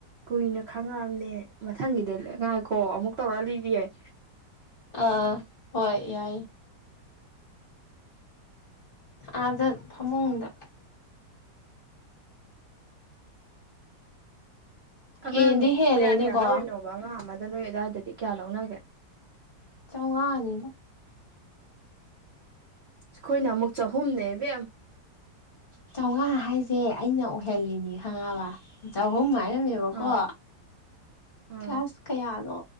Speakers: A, on the right (about 55°); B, on the left (about 35°).
A: ꯀꯨꯏꯅ ꯈꯥꯡꯉꯛꯑꯝꯅꯦ ꯃꯊꯪꯒꯤꯗ ꯉꯥꯏꯀꯣ ꯑꯃꯨꯛ ꯇꯧꯔꯛ ꯂꯤꯒꯌꯦꯦ
B: ꯑꯥ ꯍꯣꯏ ꯌꯥꯏ ꯑꯥꯗ ꯐꯃꯨꯡꯗ
A: ꯑꯉꯥꯡ
B: ꯍꯦꯟꯗꯤ ꯍꯦꯜꯂꯦꯅꯦꯀꯣ
A: ꯀꯌꯥ ꯀꯌꯥ ꯂꯧꯔꯤꯅꯣꯕ ꯑꯉꯥꯡ ꯑꯃꯗ ꯅꯣꯏ ꯑꯗꯨꯋꯥꯏꯗꯗꯤ ꯀꯌꯥ ꯂꯧꯅꯒꯦ
B: ꯆꯧꯉꯅꯤꯗ
A: ꯑꯩꯈꯣꯏꯅ ꯑꯃꯨꯛ ꯆꯍꯨꯝꯅꯦ ꯕꯦꯝ
B: ꯆꯥꯝꯃꯉꯥ ꯍꯥꯏꯁꯦ ꯑꯩꯅ ꯑꯣꯏꯍꯜꯂꯤꯅꯤ ꯈꯪꯉꯕ ꯆꯍꯨꯝ ꯍꯥꯏꯔ ꯅꯦꯕꯀꯣ
A: ꯑꯥ ꯑꯥ
B: ꯀ꯭ꯂꯥꯁ ꯀꯌꯥꯅꯣ